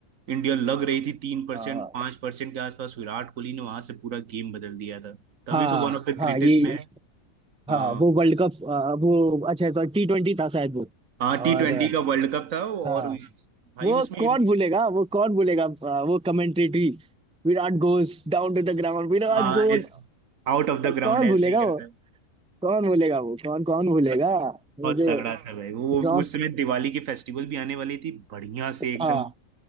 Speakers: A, on the right; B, in the centre.
A: इंडिया लग रही थी तीन परसेंट
B: हाँ
A: पांच परसेंट के आसपास विराट कोहली ने वहां से पूरा गेम बदल दिया था तभी
B: हाँ
A: तो वन ऑफ द ग्रेटेस्ट
B: ये
A: में है
B: हाँ वो वर्ल्ड कप वो अच्छा था, टी ट्वेंटी था शायद वो
A: हाँ टी
B: और
A: ट्वेंटी
B: अ,
A: का वर्ल्ड कप था और
B: हाँ
A: उस, भाई
B: वो
A: उसमें
B: कौन
A: इंडि-
B: भूलेगा वो कौन भूलेगा आ, वो commentary Virat goes down to the ground Virat
A: हाँ
B: goat
A: आउट ऑफ द ग्राउंड
B: कौन
A: ऐसे
B: भूलेगा
A: ही करता
B: वो
A: है
B: कौन भूलेगा वो कौन कौन भूलेगा
A: बहुत तगड़ा
B: वो
A: बहुत
B: जो
A: तगड़ा था भाई वो
B: रॉक
A: उस समय दिवाली की फेस्टिवल भी आने वाली थी बढ़िया से एकदम
B: हाँ